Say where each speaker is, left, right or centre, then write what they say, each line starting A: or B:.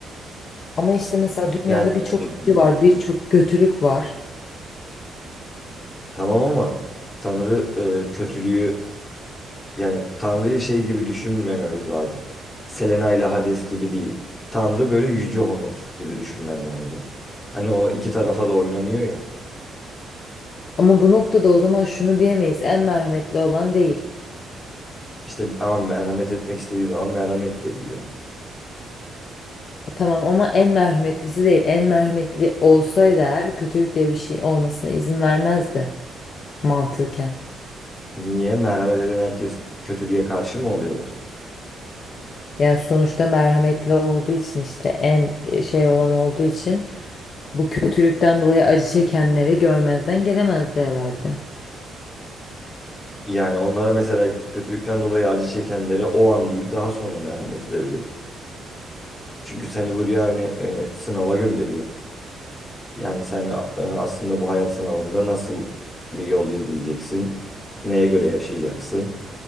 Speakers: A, on the left; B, on the left.
A: Ama işte mesela dünyada
B: Cehenneme
A: birçok
B: de gönderiyor.
A: acı var, birçok kötülük var.
B: Tamam ama Tanrı e, kötülüğü yani Tanrı'yı şey gibi düşünmememiz lazım. Selena ile Hades gibi değil. Tanrı böyle Yüce Honos gibi düşünmen lazım. Hani o iki tarafa da oynamıyor ya.
A: Ama bu noktada o zaman şunu diyemeyiz. En merhametli olan değil.
B: İşte ama merhamet etmek istediği zaman merhamet de ediyor.
A: Tamam ama en merhametlisi değil. En merhametli olsaydı eğer kötülük diye bir şey olmasına izin vermezdi mantıken.
B: Niye? Merhamet eden herkes kötülüğe karşı mı oluyorlar?
A: Yani sonuçta merhametli olduğu için işte en e, şey olan olduğu için bu kötülükten dolayı acı çekenleri görmezden gelemezdi herhalde.
B: Yani onlara mesela kötülükten dolayı acı çekenlere o an değil daha sonra merhamet edebilir. Çünkü seni buraya hani e, sınava gönderiyor. Yani sen e, aslında bu hayat sınavında nasıl bir yol izleyeceksin, neye göre yaşayacaksın